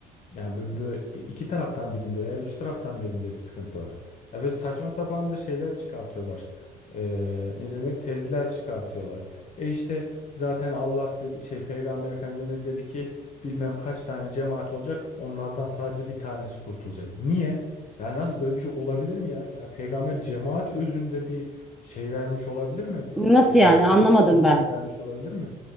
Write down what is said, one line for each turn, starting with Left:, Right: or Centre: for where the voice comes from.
Left: Yani böyle, böyle iki taraftan birinde veya üç taraftan birinde bir sıkıntı var. Ya böyle saçma sapan da şeyler çıkartıyorlar. Ee, ne denir? Tezler çıkartıyorlar. E işte zaten Allah dedi şey Peygamber Efendimiz dedi ki bilmem kaç tane cemaat olacak onlardan sadece bir tanesi kurtulacak. Niye? Yani nasıl böyle bir şey olabilir mi ya? Yani peygamber cemaat özünde bir şey vermiş olabilir mi?
Centre: Nasıl
Left: E,
Centre: yani
Left: cennetlisiniz
Centre: anlamadım ben.
Left: siz vermiş olabilir mi?